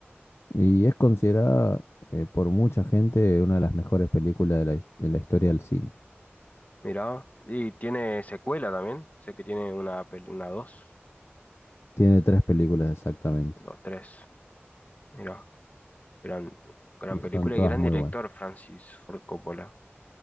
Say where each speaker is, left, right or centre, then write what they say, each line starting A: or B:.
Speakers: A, on the left; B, on the left.
A: Y es considerada eh, por mucha gente una de las mejores películas de la his- de la historia del cine.
B: Mirá, y tiene secuela también. Sé que tiene una, pel- una dos,
A: Tiene tres películas exactamente.
B: dos, tres. Mirá, gran, gran
A: Y
B: película
A: son todas
B: y gran
A: muy
B: director,
A: buenas.
B: Francis Ford Coppola.